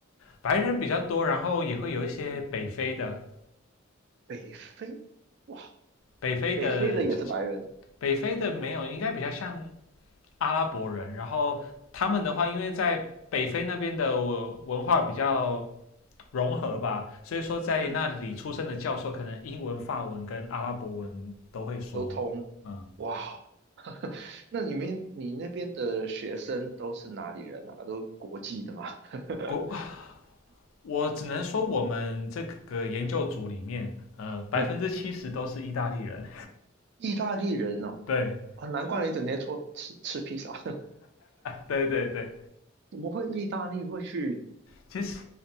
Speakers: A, on the left (about 85°); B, on the right (about 55°).
A: 白人比较多，然后也会有一些北非的，
B: 嗯，北非，哇，
A: 北非的
B: 北非的也是白人，
A: 北非的没有，应该比较像阿拉伯人。然后他们的话，因为在北非那边的文文化比较融合吧，所以说在那里出生的教授可能英文、
B: 嗯，
A: 法文跟阿拉伯文都会说。
B: 都通，
A: 嗯，
B: 哇。那你们你那边的学生都是哪里人啊？都国际的吗？<laughs>
A: 国我只能说，我们这个研究组里面，呃，百分之七十都是意大利人。
B: 嗯，意大利人哦，
A: <laughs> 对，
B: 啊，难怪你整天说吃吃披萨，<laughs>
A: 对，对，对。
B: 怎么会意大利会去？
A: 其实，